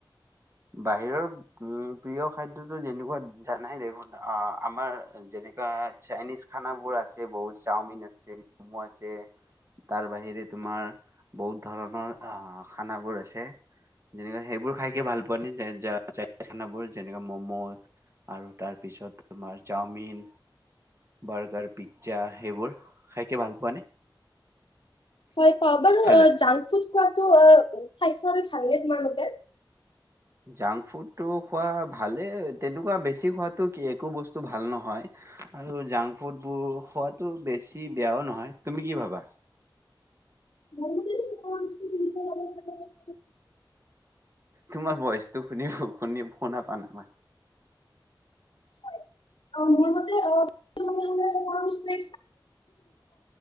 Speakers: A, on the right (about 35°); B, on the left (about 85°).
A: বাহিৰৰ উম প্ৰিয় খাদ্যতো যেনেকুৱা জানাই দেখোন আহ আমাৰ যেনেকুৱা চাইনিজ খানা বোৰ আছে বহুত চওমিন আছে, মম' আছে তাৰ বাহিৰে তোমাৰ, বহুত ধৰণৰ আহ খানাবোৰ আছে। যেনেকে সেইবোৰ খাই কে ভাল পোৱা নে যে চাইনিজ খানাবোৰ যেনে ম'ম আৰু তাৰপিছত তোমাৰ চাওমিন বাৰ্গাৰ, পিজ্জা সেইবোৰ খাইকে ভাল পোৱা নে?
B: হয় পাওঁ, বাৰু
A: কেলে?
B: অ, জাংক ফুড খোৱাতো অ, স্বাস্থ্যৰ বাবে ভালনে তোমালোকে
A: জাংক ফুডটো খোৱা ভালে তেনেকুৱা বেছি খোৱাটো কি একো বস্তু ভাল নহয়। আৰু জাংক ফুড বোৰ খোৱাটো বেছি বেয়াও নহয়। তুমি কি ভাবা
B: মোৰ মতে <unintelligible>
A: তোমাৰ ভইচটো শুনি শুনি শুনা পোৱা নাই মই
B: হয় অ, মোৰ মতে অ <unintelligible> জাংক ফুডটো